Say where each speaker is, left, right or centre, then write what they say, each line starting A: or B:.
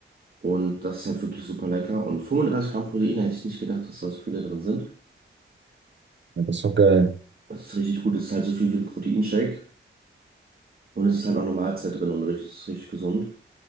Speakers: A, on the right; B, on the right.
A: Und das ist halt wirklich super lecker. Und 35 Gramm Protein hätte ich nicht gedacht, dass da so viele drin sind.
B: Ja, das ist doch geil.
A: Das ist richtig gut. Es ist halt so viel wie ein Proteinshake. Und es ist halt auch eine Mahlzeit drin und richtig, ist richtig gesund.